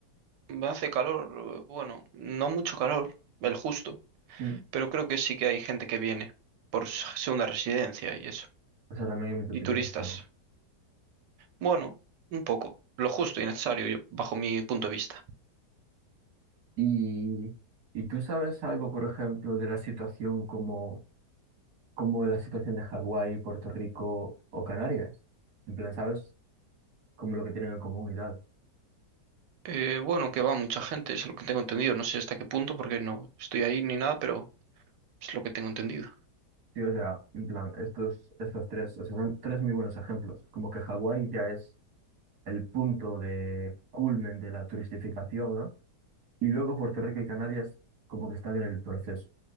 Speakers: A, on the right; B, on the right.
A: hace calor. eh, Bueno, no mucho calor, el justo.
B: ¿Mm?
A: Pero creo que sí que hay gente que viene por s- segunda residencia y eso.
B: O sea, también hay mucho
A: Y
B: turismo.
A: turistas.
B: claro.
A: Bueno, un poco. Lo justo y necesario, yo- bajo mi punto de vista.
B: Y, y tú sabes algo, por ejemplo, de la situación como como la situación de Hawái, Puerto Rico o Canarias. En plan, ¿sabes? Como lo que tienen en común y tal.
A: Eh, bueno, que va mucha gente, es lo que tengo entendido. No sé hasta qué punto, porque no estoy ahí ni nada, pero es lo que tengo entendido.
B: Sí, o sea, en plan, estos, estos tres, o sea, son tres muy buenos ejemplos. Como que Hawái ya es el punto de culmen de la turistificación, ¿no? Y luego Puerto Rico y Canarias como que están en el proceso.